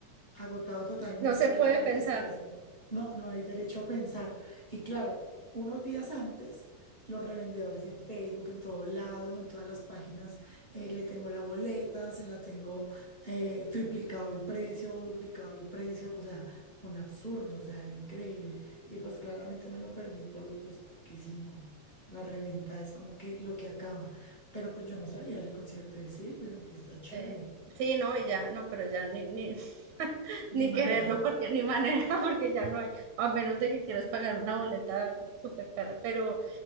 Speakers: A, on the left; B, on the right.
A: agotado totalmente
B: No se puede
A: las boletas
B: pensar.
A: carísimas. No, no hay derecho a pensar. Y claro, unos días antes, los revendedores en Facebook, en todo lado, en todas las páginas, eh, le tengo la boleta, se la tengo eh, triplicado el precio o duplicado el precio, o sea, un absurdo, o sea, era increíble. Y pues claramente me lo perdí, por, pues porque si no, la reventa es como que lo que acaba. Pero pues yo no sabía ese concierto de Silvio y está chévere.
B: Sí, Sí, no, y ya, no, pero ya ni, ni, <laughs>
A: Ni
B: ni
A: manera.
B: quererlo, porque ni manera, <laughs> porque ya no hay, a menos de que quieras pagar una boleta súper cara, pero,